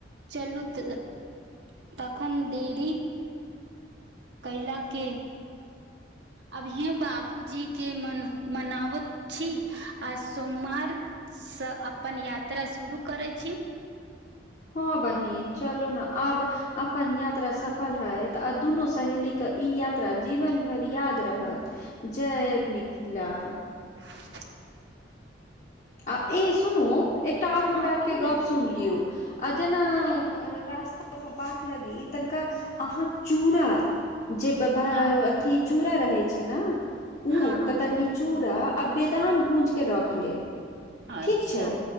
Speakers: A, on the right; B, on the left.
A: चलू त- तखन डेली कैला के अभियो बाबूजी के मन- मनावत छी आ सोमवारसँ अपन यात्रा शुरू करै छी,
B: हँ बहिन चलू ने आब अपन यात्रा सफल हयत आ दुनू सहेलीके ई यात्रा जीवन भरि याद रहत। जय मिथिला
A: ह <inaudible>
B: आ ई सुनू एकटा आओर हमरा
A: हँ
B: आरके
A: कहू
B: गप
A: ने
B: सुनि लियौ, आ जेना रास्ता पर बाट लगी तनिका अहाँ चूड़ा जे बद
A: हँ।
B: अथि चूड़ा रहै छै ने ओ
A: हँ हँ
B: कतरनी चूड़ा आ बदाम भूजिके रख लेब।
A: अच्छा,
B: ठीक छै